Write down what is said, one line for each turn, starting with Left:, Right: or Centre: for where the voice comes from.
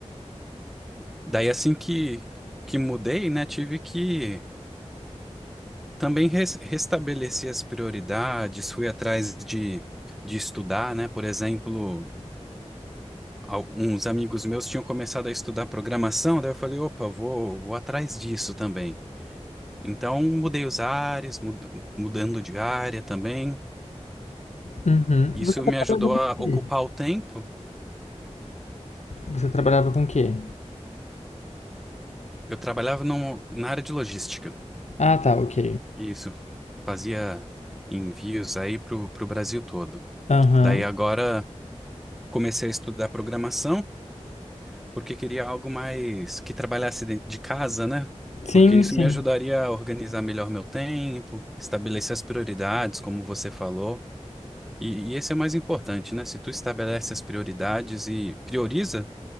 Centre: daí assim que que mudei, né, tive que Também res- restabeleci as prioridades, fui atrás de, de estudar, né? Por exemplo, al- uns amigos meus tinham começado a estudar programação, daí eu falei, opa, vou, vou atrás disso também. Então, mudei os ares, mud- mudando de área também.
Left: Uhum.
Centre: Isso
Left: Você trabalhava
Centre: me ajudou
Left: com o
Centre: a ocupar
Left: quê?
Centre: o tempo.
Left: Você trabalhava com o quê?
Centre: Eu trabalhava num- na área de logística.
Left: Ah, tá, ok.
Centre: Isso. Fazia envios aí para o Brasil todo.
Left: Aham.
Centre: Daí agora comecei a estudar programação. porque queria algo mais que trabalhasse de de casa, né?
Left: Sim,
Centre: Porque isso
Left: sim.
Centre: me ajudaria a organizar melhor meu tempo, estabelecer as prioridades, como você falou. E, e esse é o mais importante, né? Se tu estabelece as prioridades e prioriza